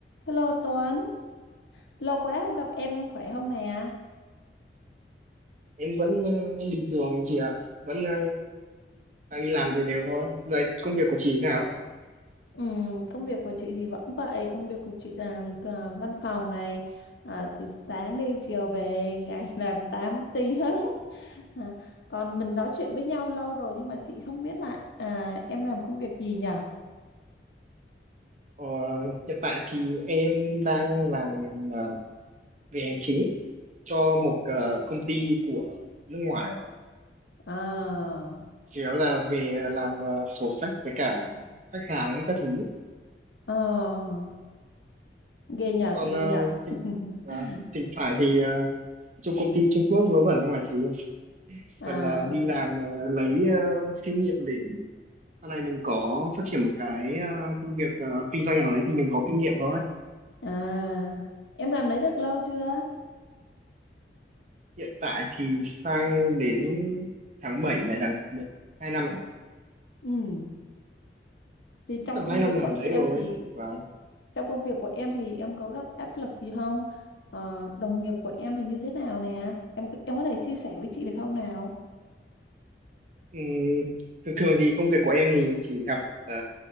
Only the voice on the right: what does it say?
em vẫn ờ, bình thường chị ạ vẫn ờ, đang đi làm đều đều thôi rồi công việc của chị thế nào
ờ, hiện tại thì em đang làm ờ, về hành chính cho một ờ, công ty của nước ngoài ạ.
chủ yếu là về làm ờ, sổ sách với cả khách hàng các thứ
còn
ờ,
thỉnh,
là, thỉnh thoảng thì ờ, trong công ty Trung Quốc vớ vẩn không ạ chị
phải là đi làm ờ, lấy ờ, kinh nghiệm để Sau này mình có phát triển một cái ờ, công việc ờ, kinh doanh nào đấy thì mình có kinh nghiệm rồi.
Hiện tại thì sang đến tháng 7 này là được hai năm, ạ.
tầm
2
năm làm
đấy rồi.
Và
ừm, thường thường thì công việc của em thì chỉ gặp ờ,